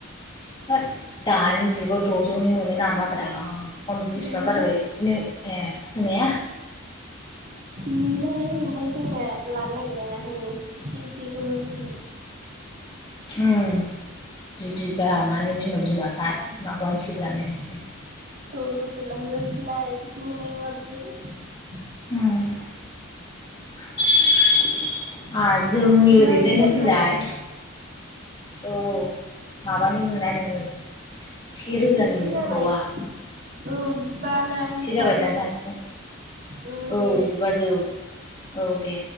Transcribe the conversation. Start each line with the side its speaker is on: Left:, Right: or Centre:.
Left: होथ, दानि जुगाव द'जौनि मोनो नामा ब्रा? अल बुस्थुवानो
Right: मोना
Left: बारायबायनो ए होनाया?
Right: मोनालै ओमफ्राय जोंना लानो नागिराना हनै एसे एसेखौल लुबैयो।
Left: <unintelligible> बिबा माने बिमा बिमाफ्रा माबामोनसे बायनायसै।
Right: औ दस्रायाव लाहैबा बिदि बिदि मोननाय नङा बिसोर।
Left: <unintelligible> जोंनि ओरैजाय
Right: नै जि
Left: नों
Right: जागोन
Left: फैलाय। औ-औ माबानो मोना नोङो। से रोजानिनो
Right: जिसे
Left: मोनबावा,
Right: जाबाय औ जिबा ना जिबाजौ
Left: सेक जाबाय दाननो हासिगोन,
Right: उम
Left: औ
Right: दे
Left: जिबाजौ। औ दे।